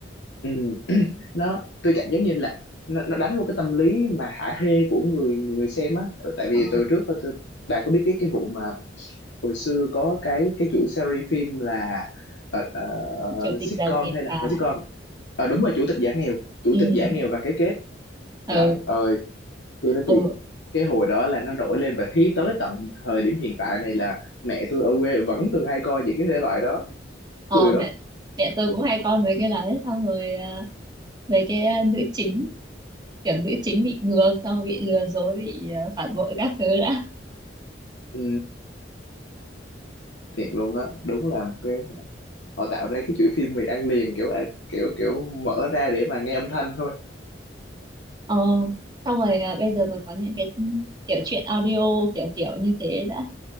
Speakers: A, on the left; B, on the right.
A: ừ. <clears throat> nó tôi cảm giác như là nó, nó đánh vô cái tâm lý mà hả hê của người người xem á Ừ, tại vì
B: Ờ.
A: từ trước á, tôi bà có biết cái cái vụ mà hồi xưa có cái cái chủ series phim là ờ, ờ,
B: chủ tịch
A: sitcom
B: Gia Kiệt
A: hay là
B: à
A: không phải sitcom Ờ, đúng rồi chủ tịch giả nghèo chủ
B: ừ
A: tịch giả nghèo và cái kết
B: ừ
A: trời ơi tôi nói
B: ừ
A: thiệt cái hồi đó là nó nổi lên và hí tới tận thời điểm hiện tại này là mẹ tôi ở quê vẫn thường hay coi những cái thể loại đó
B: ờ,
A: cười lắm
B: mẹ mẹ tôi cũng hay coi mấy cái đấy xong rồi à, mấy cái à, nữ chính kiểu nữ chính bị ngược xong rồi bị lừa dối bị à, phản bội các thứ đã
A: ừ, thiệt luôn á đúng là một cái họ tạo ra cái chuỗi phim mì ăn liền kiểu kiểu kiểu mở ra để mà nghe âm thanh thôi
B: ờ xong rồi à, bây giờ còn có những cái kiểu chuyện audio kiểu kiểu như thế đã